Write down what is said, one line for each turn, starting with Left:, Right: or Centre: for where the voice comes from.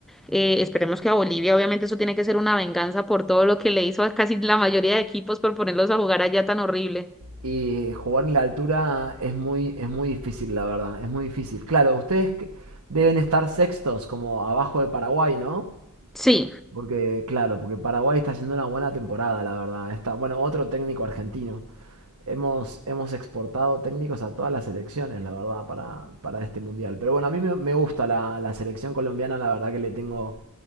Centre: Eh, esperemos que a Bolivia, obviamente eso tiene que ser una venganza por todo lo que le hizo a casi la mayoría de equipos por ponerlos a jugar allá tan horrible.
Right: Y jugar en la altura es muy, es muy difícil, la verdad, es muy difícil. Claro, ustedes que- deben estar sextos, como abajo de Paraguay, ¿no?
Centre: Sí,
Right: Porque, claro, porque Paraguay está haciendo una buena temporada, la verdad. Está, bueno, otro técnico argentino. Hemos, hemos exportado técnicos a todas las selecciones, la verdad, para, para este mundial. Pero bueno, a mí me, me gusta la, la selección colombiana, la verdad que le tengo,